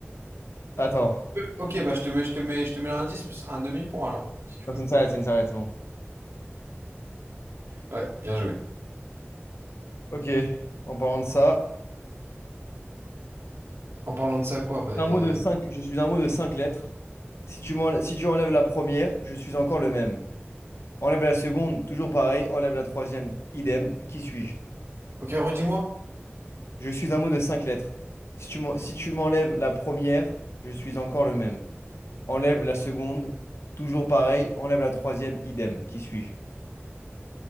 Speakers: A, on the left; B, on the right.
A: Attends.
B: Ok, bah je te mets, je te mets, je te mets l'indice, mais ce sera un demi-point alors, si tu
A: Non,
B: veux.
A: c'est une s'arrête, c'est une s'arrête, c'est bon.
B: Ouais, bien joué.
A: Ok, en parlant de ça.
B: En parlant de ça, quoi? Bah, euh,
A: Un mot de cinq, je suis un mot de cinq lettres. Si tu m'en- si tu enlèves la première, je suis encore le même. Enlève la seconde, toujours pareil. Enlève la troisième, idem. Qui suis-je?
B: Ok, redis-moi.
A: Je suis un mot de cinq lettres. Si tu m'en- si tu m'enlèves la première, je suis encore le même. Enlève la seconde, toujours pareil. Enlève la troisième, idem. Qui suis-je?